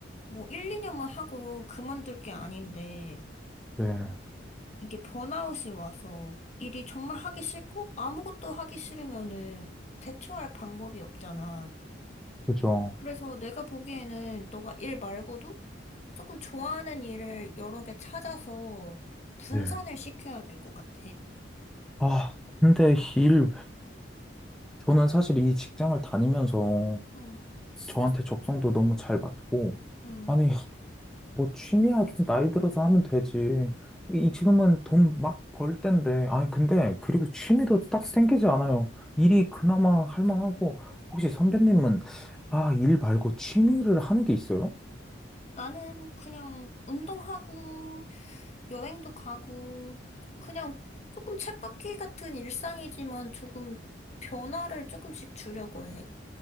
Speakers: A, on the left; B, in the centre.
A: 뭐 1, 2년만 하고 그만둘 게 아닌데,
B: 네,
A: 이게 번아웃이 와서 일이 정말 하기 싫고 아무것도 하기 싫으면은 대처할 방법이 없잖아.
B: 그죠.
A: 그래서 내가 보기에는 너가 일 말고도 조금 좋아하는 일을 여러 개 찾아서 분산을
B: 네.
A: 시켜야 될 것 같아.
B: 아, 근데 일, 저는 사실 이 직장을 다니면서
A: 응,
B: 저한테 적성도 너무 잘 맞고,
A: 응.
B: 아니, 뭐 취미야 좀 나이 들어서 하면 되지. 이 지금은 돈 막 벌 때인데. 아니 근데 그리고 취미도 딱 생기지 않아요. 일이 그나마 할 만하고 혹시 선배님은 아, 일 말고 취미를 하는 게 있어요?
A: 나는 그냥 운동하고 여행도 가고 그냥 조금 쳇바퀴 같은 일상이지만 조금 변화를 조금씩 주려고 해.